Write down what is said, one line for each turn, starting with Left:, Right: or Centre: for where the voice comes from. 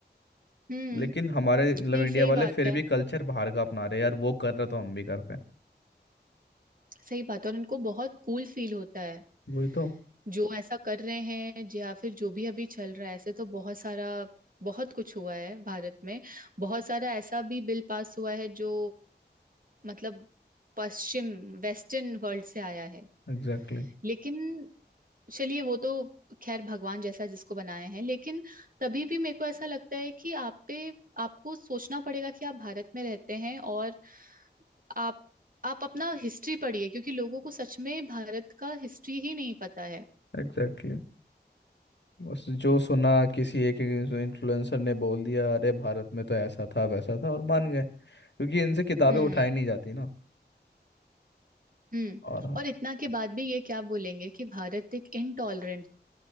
Right: हम्म हम्म।
Left: लेकिन हमारे मतलब
Right: नहीं
Left: इंडिया
Right: सही
Left: वाले
Right: बात
Left: फिर
Right: है
Left: भी कल्चर बाहर का अपना रहे हैं। यार वो कर रहे तो हम भी करते हैं
Right: सही बात है और इनको बहुत कूल फील होता है
Left: वही तो
Right: जो ऐसा कर रहे हैं ज- या फिर जो भी अभी चल रहा है ऐसे तो बहुत सारा बहुत कुछ हुआ है भारत में बहुत सारा ऐसा भी बिल पास हुआ है जो मतलब पश्चिम वेस्टर्न वर्ल्ड से आया है
Left: Exactly exactly,
Right: लेकिन चलिए वो तो खैर भगवान जैसा जिसको बनाए हैं लेकिन तभी भी मेरे को ऐसा लगता है कि आप पे आपको सोचना पड़ेगा कि आप भारत में रहते हैं और आप आप अपना हिस्ट्री पढ़िए क्योंकि लोगों को सच में भारत का हिस्ट्री ही नहीं पता है
Left: exactly exactly. बस जो सुना किसी एक इन्फ्लुएंसर ने बोल दिया अरे भारत में तो ऐसा था वैसा था और मान गए क्योंकि इनसे किताबें
Right: हम्म
Left: उठाई नहीं जाती ना
Right: हम्म
Left: और <laughs>
Right: और इतना के बाद भी ये क्या बोलेंगे कि भारत एक इनटॉलरेंट